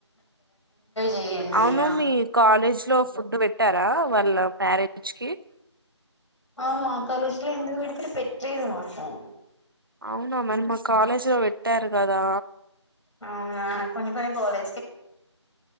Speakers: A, on the left; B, on the right.
A: చెయ్యండి
B: అవును
A: ఇగ
B: మీ కాలేజ్ లో ఫుడ్ పెట్టారా వాళ్ళ మ్యారేజ్ కి
A: ఆ మా కాలేజ్ లో ఎందుకు <unintelligible>
B: అవునా మరి మా కాలేజ్ లో పెట్టారు కదా
A: అవునా కొన్ని కొన్ని కాలే